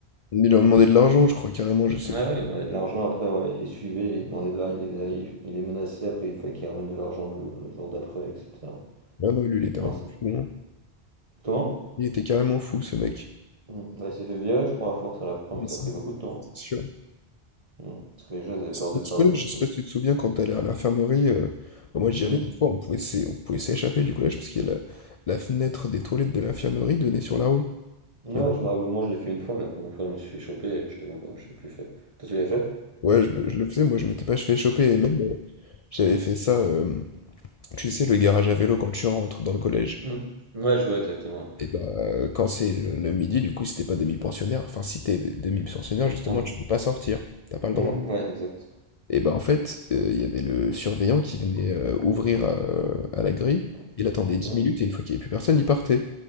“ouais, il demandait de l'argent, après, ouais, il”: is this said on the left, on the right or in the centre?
Right